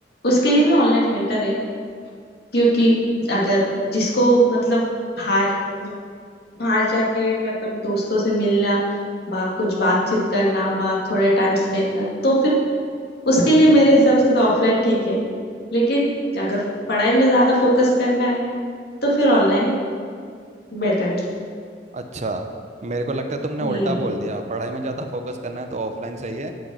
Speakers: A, on the left; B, on the right.
A: उसके लिए भी ऑनलाइन बेटर है क्योंकि अगर जिसको मतलब बाहर मतलब बाहर जाके मतलब दोस्तों से मिलना बा कुछ बातचीत करना बा थोड़ा टाइम स्पेंड करना तो फिर उसके लिए मेरे हिसाब से तो ऑफलाइन ठीक है लेकिन अगर पढ़ाई में ज्यादा फोकस करना है तो फिर ऑनलाइन बेटर है
B: अच्छा मेरे को लगता है तुमने
A: हम्म
B: उल्टा बोल दिया पढ़ाई में ज़्यादा फोकस करना है तो ऑफलाइन सही है